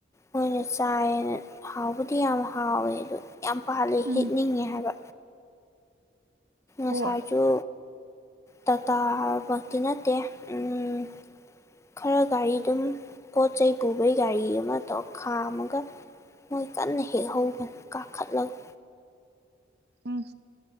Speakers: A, on the left; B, on the right.
A: ꯑꯩꯈꯣꯏꯅ ꯆꯥꯏꯌꯦꯅ ꯍꯥꯎꯕꯗꯤ ꯌꯥꯝ ꯍꯥꯎꯋꯦ ꯑꯗꯨ ꯌꯥꯝ ꯄꯥꯜꯂꯤ
B: ꯎꯝ
A: ꯍꯦꯛꯅꯤꯡꯉꯦ ꯍꯥꯏꯕ
B: ꯍꯣꯏ
A: ꯑꯁꯥꯏꯁꯨ ꯇꯥꯇꯥ ꯃꯛꯇꯤ ꯅꯠꯇꯦ ꯎꯝ ꯈꯔ ꯒꯥꯔꯤ ꯑꯗꯨꯝ ꯄꯣꯠ ꯆꯩꯩ ꯄꯨꯕꯩ ꯒꯥꯔꯤ ꯑꯃ ꯇꯣꯛ ꯈꯥꯝꯃꯒ ꯃꯣꯏ ꯀꯟꯅ ꯍꯦꯛꯍꯧꯕꯅꯤ
B: ꯎꯝ
A: ꯀꯥꯈꯠꯂꯒ
B: ꯎꯝ